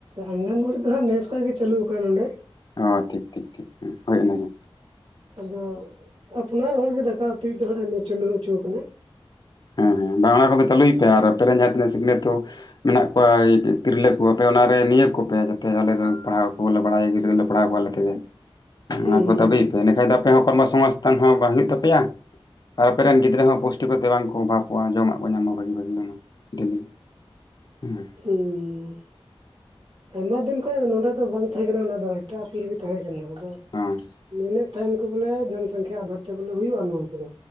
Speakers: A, on the right; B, on the left.
A: ᱟᱜᱮᱱᱵᱟᱲᱤ ᱫᱚ ᱦᱟᱸ ᱱᱮᱥ ᱠᱷᱚᱱ ᱜᱮ ᱪᱟᱹᱞᱩ ᱟᱠᱟᱱᱟ ᱱᱚᱸᱰᱮ᱾
B: ᱚ ᱴᱷᱤᱠ ᱴᱷᱤᱠ ᱴᱷᱤᱠ ᱦᱟᱹᱭ ᱚᱱᱟ ᱜᱮ᱾
A: ᱟᱫᱚ ᱟᱯᱱᱟᱨ ᱦᱚᱲ ᱜᱮ ᱫᱟᱠᱟ ᱩᱛᱩᱭ ᱫᱚ ᱦᱟᱜ ᱮ ᱱ ᱪᱚᱱᱚ ᱦᱚᱪᱚ ᱟᱠᱟᱱᱟ᱾
B: ᱦᱮᱸ ᱦᱮᱸ ᱵᱟᱝ ᱚᱱᱟ ᱠᱚᱫᱚ ᱪᱟᱹᱞᱩᱭ ᱯᱮ ᱟᱨ ᱟᱯᱮ ᱨᱮᱱ ᱡᱟᱦᱟᱸ ᱛᱤᱱᱟᱹᱜ ᱥᱤᱠᱷᱱᱟᱛᱚ᱾ ᱢᱮᱱᱟᱜ ᱠᱚᱣᱟ ᱛᱤᱨᱞᱟᱹ ᱠᱚ ᱟᱯᱮ ᱚᱱᱟᱨᱮ ᱱᱤᱭᱟᱹᱠ ᱠᱚᱯᱮ ᱡᱟᱛᱮ ᱟᱞᱮ ᱫᱚ ᱯᱟᱲᱦᱟᱣ ᱠᱚ ᱵᱚᱞᱮ ᱵᱟᱲᱟᱭᱟ ᱜᱤᱫᱽᱨᱟᱹ ᱞᱮᱯᱮ ᱯᱟᱲᱦᱟᱣᱜ ᱠᱚ ᱟᱞᱮ ᱛᱮᱜᱮ᱾
A: <unintelligible>
B: ᱚᱱᱟ ᱠᱚ ᱫᱟᱵᱤᱭ
A: ᱦᱩᱸ
B: ᱯᱮ, ᱮᱱᱟᱹ ᱠᱷᱟᱱ ᱫᱚ ᱟᱯᱮ ᱦᱚᱸ ᱠᱚᱨᱢᱚ ᱥᱚᱝᱥᱛᱟᱱ ᱦᱚᱸ ᱵᱟᱝ ᱦᱩᱭᱩᱜ ᱛᱟᱯᱮᱭᱟ ᱟᱨ ᱟᱯᱮᱨᱮᱱ ᱜᱤᱫᱽᱨᱟᱹ ᱦᱚᱸ ᱯᱩᱥᱴᱤ ᱠᱚᱛᱮ ᱵᱟᱝ ᱠᱚ ᱠᱚ ᱚᱵᱷᱟᱵᱚᱜᱼᱟ᱾ ᱡᱚᱢᱟᱜ ᱠᱚ ᱧᱟᱢᱟ ᱵᱷᱟᱹᱜᱤ, ᱵᱷᱟᱹᱜᱤ ᱚᱱᱟ ᱰᱮᱞᱤ, ᱦᱮᱸ᱾
A: ᱦᱩᱸᱻ᱾ ᱟᱭᱢᱟ ᱫᱤᱱ ᱠᱷᱚᱱᱟᱜ ᱱᱚᱰᱮ ᱫᱚ ᱵᱟᱝ ᱛᱟᱦᱮᱸ ᱠᱟᱱᱟ᱾ ᱚᱱᱟ ᱫᱚ ᱮᱴᱟᱜ ᱟᱹᱛᱳ ᱨᱮᱜᱮ ᱛᱟᱦᱮᱸ ᱠᱟᱱᱟ᱾ ᱟᱫᱚ
B: ᱦᱚᱸ᱾
A: ᱢᱮᱱᱮᱫ ᱛᱟᱦᱮᱱ ᱠᱚ ᱵᱚᱞᱮ ᱡᱚᱱ ᱥᱚᱝᱠᱷᱟ ᱟᱫᱷᱟᱨ ᱛᱮ ᱵᱚᱞᱮ ᱦᱩᱭᱩᱜᱼᱟ, ᱱᱚᱣᱟ ᱠᱚᱫᱚ